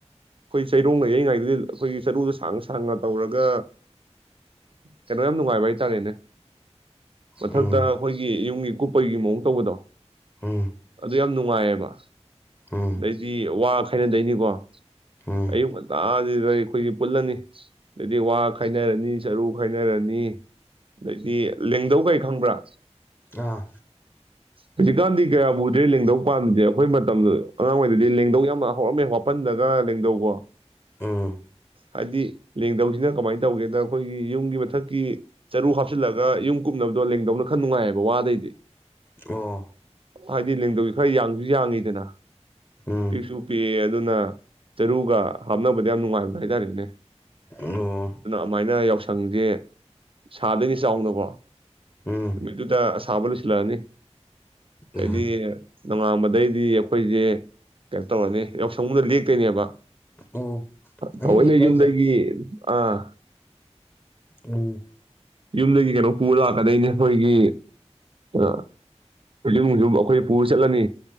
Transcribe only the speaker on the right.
ꯆꯩꯔꯣꯡꯅ ꯌꯔꯤꯉꯩꯗꯨꯗꯤ ꯑꯩꯈꯣꯏꯒꯤ ꯆꯔꯨꯗ ꯁꯥꯡꯅ ꯁꯥꯡꯅ ꯇꯧꯔꯒ ꯀꯩꯅꯣ ꯌꯥꯝ ꯅꯨꯡꯉꯥꯏꯕ ꯍꯥꯏꯇꯥꯔꯦꯅꯦ ꯃꯊꯛꯇ
ꯑꯩꯈꯣꯏꯒꯤ ꯌꯨꯝꯒꯤ ꯀꯨꯞꯄꯒꯤ ꯃꯑꯣꯡ ꯇꯧꯕꯗꯣ
ꯑꯗꯨ ꯌꯥꯝ ꯅꯨꯡꯉꯥꯏꯌꯦꯕ
ꯑꯗꯩꯗꯤ ꯋꯥ ꯈꯥꯏꯅꯗꯩꯅꯤꯀꯣ
ꯑꯌꯨꯛ ꯉꯟꯇꯥꯁꯤꯗ ꯑꯩꯈꯣꯏꯒꯤ ꯄꯨꯜꯂꯅꯤ ꯑꯗꯩꯗꯤ ꯋꯥ ꯈꯥꯏꯅꯔꯅꯤ ꯆꯔꯨ ꯈꯥꯏꯅꯔꯅꯤ ꯑꯗꯩꯗꯤ ꯂꯦꯡꯗꯧꯈꯩ ꯈꯪꯕ꯭ꯔꯥ
ꯍꯧꯖꯤꯛꯀꯥꯟꯗꯤ ꯀꯌꯥ ꯎꯗ꯭ꯔꯦ ꯂꯦꯡꯗꯧ ꯄꯥꯟꯕꯁꯦ ꯑꯩꯈꯣꯏ ꯃꯇꯝꯗ ꯑꯉꯥꯡꯉꯩꯗꯗꯤ ꯂꯦꯡꯗꯧ ꯌꯥꯝ ꯍꯧꯔꯝꯃꯦ ꯋꯥꯄꯜꯗꯒ ꯂꯦꯡꯗꯧꯀꯣ
ꯍꯥꯏꯗꯤ ꯂꯦꯡꯗꯧꯁꯤꯅ ꯀꯃꯥꯏꯅ ꯇꯧꯒꯦꯗ ꯑꯩꯈꯣꯏꯒꯤ ꯌꯨꯝꯒꯤ ꯃꯊꯛꯀꯤ ꯆꯔꯨ ꯍꯥꯞꯆꯤꯜꯂꯒ ꯌꯨꯝ ꯀꯨꯞꯅꯕꯗꯣ ꯂꯦꯡꯗꯧꯅ ꯈꯔ ꯅꯨꯡꯉꯥꯏꯌꯦꯕ ꯋꯥꯗꯩꯗꯤ
ꯍꯥꯏꯗꯤ ꯂꯦꯡꯗꯧꯁꯤ ꯈꯔ ꯌꯥꯡꯁꯨ ꯌꯥꯡꯉꯤꯗꯅ
ꯄꯤꯛꯁꯨ ꯄꯤꯛꯑꯦ ꯑꯗꯨꯅ ꯆꯔꯨꯒ ꯍꯥꯞꯅꯕꯗ ꯌꯥꯝ ꯅꯨꯡꯉꯥꯏꯕ ꯚꯗꯔꯦꯅꯦ
ꯑꯗꯨꯃꯥꯏꯅ ꯌꯥꯎꯁꯪꯁꯦ ꯁꯥꯗꯣꯏꯅꯤ ꯆꯥꯎꯅꯀꯣ
ꯅꯨꯃꯤꯠꯇꯨꯗ ꯑꯁꯥꯕ ꯂꯣꯏꯁꯤꯜꯂꯛꯑꯅꯤ
ꯑꯗꯨꯗꯤ ꯅꯉꯥꯕꯗꯩꯗꯤ ꯑꯩꯈꯣꯏꯁꯦ ꯀꯩꯅꯣ ꯇꯧꯔꯅꯤ ꯌꯥꯎꯁꯪꯒꯨꯝꯗ ꯂꯦꯛꯇꯣꯏꯅꯦꯕ
ꯊꯑꯣꯏꯅ
ꯌꯨꯝꯗꯒꯤ
ꯑꯥ
ꯌꯨꯝꯗꯒꯤ ꯀꯩꯅꯣ ꯄꯨꯕ ꯂꯥꯛꯀꯗꯣꯏꯅꯦ ꯑꯩꯈꯣꯏꯒꯤ ꯑ ꯌꯨꯝꯁꯨ ꯑꯩꯈꯣꯏ ꯄꯨꯔ ꯆꯠꯂꯅꯤ